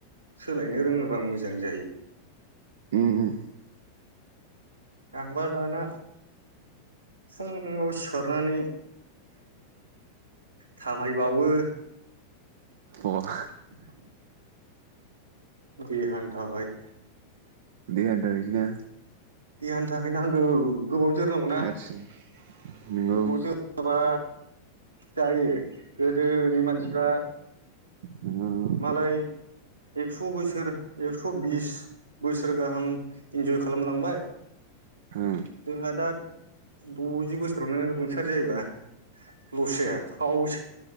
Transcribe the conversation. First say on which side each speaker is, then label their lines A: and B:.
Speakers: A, on the right; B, on the right.
A: सोलायनो रोङोबा मोजां जायो।
B: ओ ओम
A: आंबा दाना फुङाव सिखारनानै थाबायबावो
B: ओ अ
A: <inaudible> देहानि थाखाय।
B: देहानि थाखाय सोना?
A: देहानि थाखाय नांगौ। गोबाव जोरनांगौना
B: आदसा नंगौ
A: गोबाव जोराबा जायो गोदोनि मानसिफ्रा
B: नंगौ नंगौ
A: मालाय एक्स' बोसोर एक्स, बिस बोसोर गाहाम इन्जय खालामलांबाय
B: ओ
A: जोंहा दा दजि बोसोरावनो रुंसारि जायोबा लस जाया खावसे